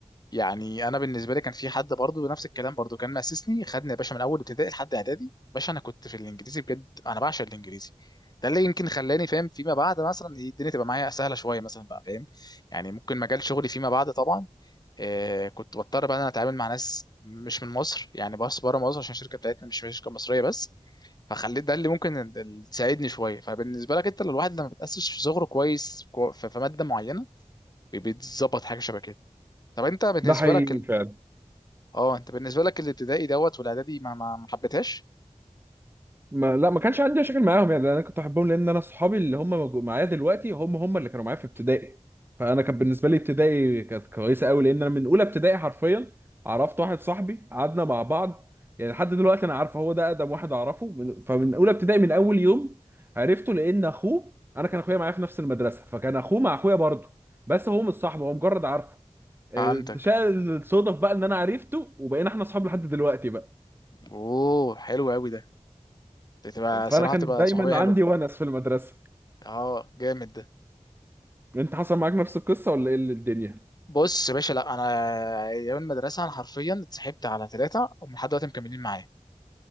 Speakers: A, on the left; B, on the right.
A: يعني انا بالنسبه لي كان في حد برضو نفس الكلام برضو كان مأسسني خدني يا باشا من اول ابتدائي لحد اعدادي باشا انا كنت في الانجليزي بجد انا بعشق الانجليزي ده اللي يمكن خلاني فاهم فيما بعد مثلا إيه، الدنيا تبقى معايا سهله شويه مثلا بقى فاهم يعني ممكن مجال شغلي فيما بعد طبعا آه كنت بضطر بقى إن انا اتعامل مع ناس مش من مصر يعني بس بره مصر عشان الشركه بتاعتنا مش مش شركه مصريه بس فخليت ده اللي ممكن ال- ال- يساعدني شويه فبالنسبه لك انت لو الواحد لما بتاسس في صغره كويس كو- في في ماده معينه بي- بيتظبط حاجه شبه كده طب انت بالنسبه
B: ده حقيقي
A: لك ال...
B: فعلا
A: اه انت بالنسبه لك الابتدائي دوت والاعدادي ما ما ما حبيتهاش
B: ما لا ما كانش عندي مشاكل معاهم يعني انا كنت بحبهم لان انا صحابي اللي هم موجو- معايا دلوقتي هم هم اللي كانوا معايا في ابتدائي فانا كان بالنسبه لي ابتدائي كانت كويسه قوي لان انا من اولى ابتدائي حرفيا عرفت واحد صاحبي قعدنا مع بعض يعني لحد دلوقتي انا عارفه هو ده اقدم واحد اعرفه من- فمن اولى ابتدائي من اول يوم عرفته لان اخوه انا كان اخويا معايا في نفس المدرسه فكان اخوه مع اخويا برضه بس هو مش صاحبه هو مجرد عارفه آه،
A: فهمتك
B: شاء الصدف بقى ان انا عرفته وبقينا احنا اصحاب لحد دلوقتي بقى
A: اوه حلو قوي ده بتبقى
B: فانا
A: صراحه
B: كان
A: بتبقى
B: دايما
A: صحوبيه حلوه
B: عندي ونس في المدرسه
A: اه جامد ده
B: انت حصل معاك نفس القصه ولا ايه اللي الدنيا
A: بص يا باشا لا انا ايام المدرسه انا حرفيا اتصاحبت على ثلاثه ومن لحد دلوقتي مكملين معايا